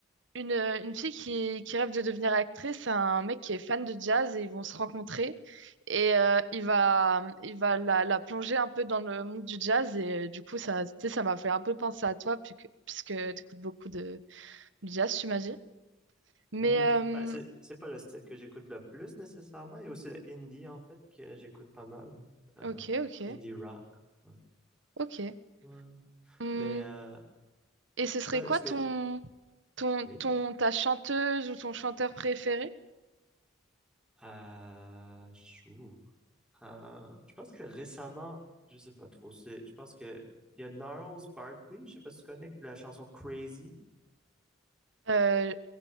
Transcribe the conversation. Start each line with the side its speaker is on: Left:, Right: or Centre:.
Right: une, une fille qui, qui rêve de devenir actrice, c'est un mec qui est fan de jazz et ils vont se rencontrer. Et euh, il va, il va la, la plonger un peu dans le monde du jazz. Et euh, du coup, ça, tu sais, ça m'a fait un peu penser à toi, puisque, puisque tu écoutes beaucoup de, Diaz, tu m'as dit. Mais
Centre: Mhm.
Right: euh,
Centre: Ben, c'est, c'est pas le style que j'écoute le plus nécessairement. Il y a aussi le indie en fait que j'écoute pas mal. Euh,
Right: ok, ok,
Centre: indie rock. Ouais.
Right: ok.
Centre: Ouais.
Right: Hum,
Centre: Mais euh,
Right: Et ce serait
Centre: ben,
Right: quoi
Centre: est-ce
Right: ton,
Centre: que.
Right: ton,
Centre: Oui.
Right: ton, ta chanteuse ou ton chanteur préféré?
Centre: Euh, je ouh. Euh, je pense que récemment, je sais pas trop, c'est, je pense que il y a Gnarls Barkley, je sais pas si tu connais la chanson Crazy.
Right: Euh,